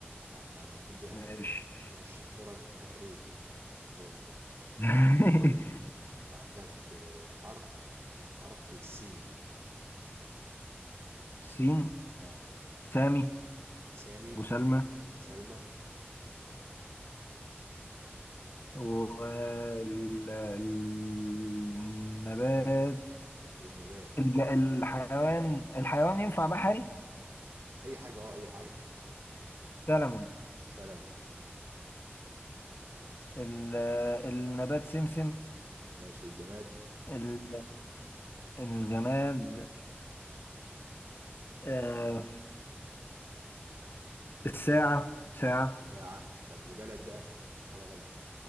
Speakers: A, on the right; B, on the left.
A: انت انت أنت بتدي
B: ماشي
A: ماشي دوري أنا. ده انا هوريك دوري
B: <laughs>
A: عندك آه، حرف حرف سين
B: سين
A: اه
B: سامي
A: سامي
B: وسلمى
A: سلمى
B: والنبات
A: الجماد النبات
B: الج... الحيوان الحيوان ينفع بحري
A: اي حاجه اه اي حاجه
B: سلمون
A: سلام
B: ال- النبات سمسم
A: ماشي والجماد
B: ال- الجماد آه الساعة ساعة
A: ساعه طب وبلد بقى حاجه بلد